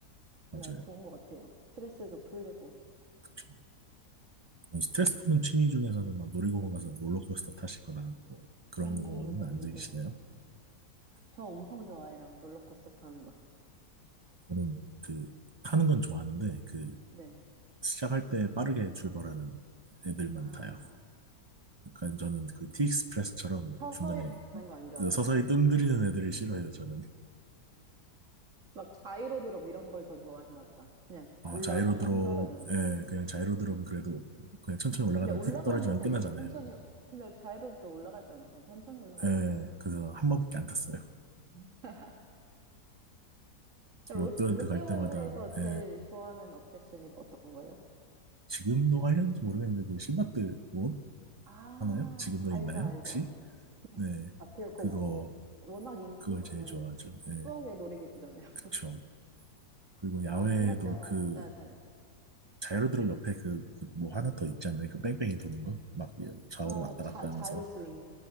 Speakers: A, on the right (about 50°); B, on the right (about 30°).
A: 진짜
B: 맞아요,
A: 좋은 것 같아요. 스트레스도 풀리고.
B: 그쵸. 그런 스트레스 푸는 취미 중에서는 막 놀이공원 가서 롤러코스터 타시거나 뭐 그런
A: 음,
B: 거는
A: 맞아요,
B: 안
A: 맞아요.
B: 즐기시나요?
A: 저 엄청 좋아해요. 롤러코스터 타는 거.
B: 저는 그 타는 건 좋아하는데 그
A: 네.
B: 시작할 때 빠르게 출발하는 애들만
A: 아,
B: 타요. 그러니까 저는 그 티익스프레스처럼
A: 서서히
B: 중간에
A: 하는 거 안 좋아하세요?
B: 서서히 뜸들이는 애들을 싫어해요. 저는.
A: 막 자이로드롭 이런 걸 더 좋아하시나 보다. 그냥
B: 아,
A: 올라갔다
B: 자이로 드롭,
A: 빵 떨어지는
B: 예,
A: 거.
B: 그냥 자이로 드롭은 그래도 그냥 천천히 올라가다가
A: 근데 올라가는데
B: 훅 떨어지면
A: 되게
B: 끝나잖아요.
A: 천천히, 근데 자유롭게 올라갈 때 엄청 천천히 올라가지
B: 예,
A: 않아요?
B: 그래서 한 번밖에 안 탔어요.
A: 음. 롯,
B: 롯데월드
A: 롯데월드에서
B: 갈 때마다,
A: 제일
B: 예,
A: 좋아하는 어트랙션이 어떤 거예요?
B: 지금도 하려는지 모르겠는데, 그 신라트 뭐
A: 아,
B: 하나요? 지금도
A: 알죠,
B: 있나요?
A: 알죠.
B: 혹시?
A: 있을
B: 네,
A: 것 같아요. 그거
B: 그거,
A: 워낙 인기
B: 그걸
A: 많은
B: 제일 좋아하죠. 예,
A: 추억의 놀이기구잖아요. <laughs>
B: 그쵸. 그리고 야외에도
A: 아, 신밧데모
B: 그
A: 완전 재밌죠.
B: 자이로 드롭 옆에 그 뭐 하나 더 있잖아요. 그 뺑뺑이 도는 거? 막 좌우로
A: 아,
B: 왔다
A: 자,
B: 갔다
A: 자이로
B: 하면서.
A: 스윙.